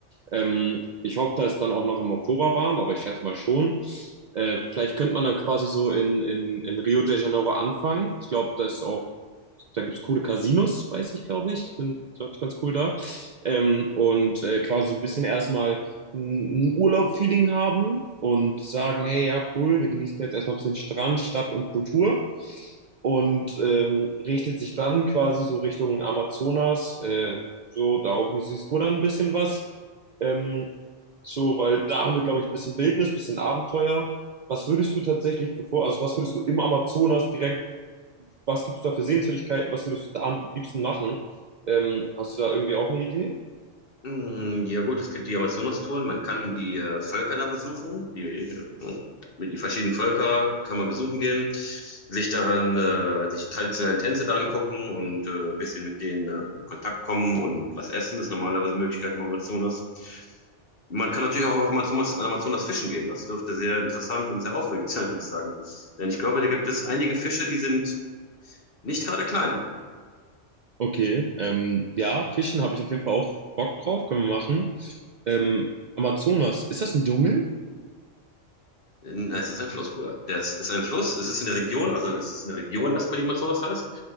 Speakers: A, on the right; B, on the left.
A: Ähm, ich hoffe, da ist dann auch noch im Oktober warm, aber ich schätze mal schon. Äh, vielleicht könnte man dann quasi so in, in, in Rio de Janeiro anfangen. Ich glaube, da ist auch da gibt es coole Casinos, weiß ich, glaube ich. Sind, glaube ich, ganz cool da. Ähm, und äh, quasi so ein bisschen erstmal ein Urlaub-Feeling haben und sagen, hey, ja, cool, wir genießen jetzt erstmal ein bisschen Strand, Stadt und Kultur. Und ähm, richtet sich dann quasi so Richtung Amazonas. Äh, so, da organisierst du dann ein bisschen was. Ähm, so, weil da haben wir, glaube ich, ein bisschen Wildnis, ein bisschen Abenteuer. Was würdest du tatsächlich bevor, also was würdest du im Amazonas direkt was gibt es da für Sehenswürdigkeiten, was würdest du da am liebsten machen? Ähm, hast du da irgendwie auch eine Idee?
B: Mm, Ja gut, es gibt die Amazonas-Touren, man kann die äh, Völker da besuchen, die, äh, die verschiedenen Völker kann man besuchen gehen, sich dann äh, sich die traditionellen Tänze da angucken und äh, ein bisschen mit denen äh, in Kontakt kommen und was essen ist normalerweise eine Möglichkeit im Amazonas. Man kann natürlich auch auf Amazonas, an Amazonas fischen gehen, das dürfte sehr interessant und sehr aufregend <laughs> sein, würde ich sagen. Denn ich glaube, da gibt es einige Fische, die sind nicht gerade klein.
A: Okay, ähm, ja, Fischen habe ich auf jeden Fall auch Bock drauf, können wir machen. Ähm, Amazonas, ist das ein Dschungel?
B: Nein, es ist ein Fluss, Bruder. Das ist ein Fluss, es ist eine Region, also es ist eine Region erstmal, die Amazonas heißt.